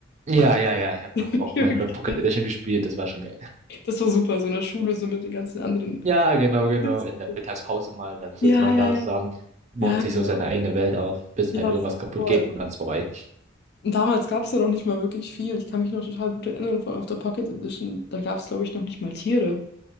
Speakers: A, on the right; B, on the left.
A: ja,
B: auf
A: ja, ja. Ich habe
B: <laughs> früher
A: noch auch Minecraft
B: gespielt.
A: Pocket Edition gespielt, das war schon geil.
B: hast. Das war super, so in der Schule, so mit den ganzen anderen.
A: Ja, genau, genau.
B: <laughs>
A: In der Mittagspause mal, dann sitzt
B: Ja,
A: man
B: ja,
A: da
B: ja.
A: zusammen, baut
B: Ja,
A: sich
B: genau.
A: so seine eigene Welt auf, bis
B: Ja,
A: halt irgendwas kaputt
B: voll.
A: geht und dann ist vorbei.
B: Und damals gab es ja noch nicht mal wirklich viel. Ich kann mich noch total gut erinnern, vor allem auf der Pocket Edition. Da gab es, glaube ich, noch nicht mal Tiere